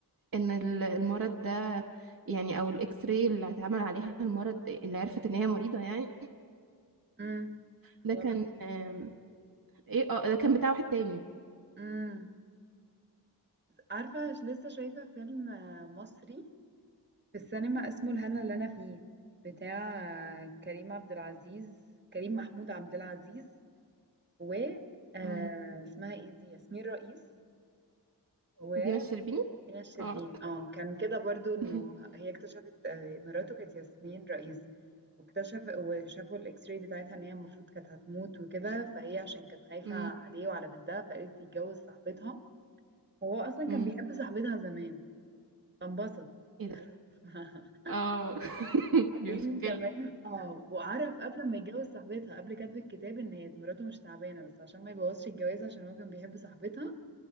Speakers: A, on the right; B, on the right.
A: ان ال- المرض ده يعني او الاكس راي اللي اتعمل عليها المرض اللي عرفت ان هي مريضه يعني
B: امم
A: ده
B: غلط
A: كان آم، ايه اه ده كان بتاع واحد تاني
B: امم عارفة ش- لسه شايفة فيلم آه، مصري في السينما اسمه الهنا اللي أنا فيه بتاع آه، كريم عبد العزيز كريم محمود عبد العزيز و آه،
A: مم.
B: اسمها ايه دي ياسمين رئيس وسمينة
A: ودينا الشربيني
B: الشربيني
A: اه
B: اه كان كده برضو انه
A: <laughs>
B: هي اكتشفت آه، مراته كانت ياسمين رئيس واكتشف وشافوا الاكس راي بتاعتها ان هي المفروض كانت هتموت وكده فهي عشان كانت خايفة
A: مم.
B: عليه وعلى بنتها فقالت تتجوز صاحبتها هو اصلا
A: مم.
B: كان بيحب صاحبتها زمان فانبسط
A: ايه ده
B: <laughs>
A: اه <laughs> دي
B: بعدين
A: مشكله
B: تمام اه وعرف قبل ما يتجوز صاحبتها قبل كاتب الكتاب ان هي مراته مش تعبانه بس عشان ما يبوظش الجواز عشان هو كان بيحب صاحبتها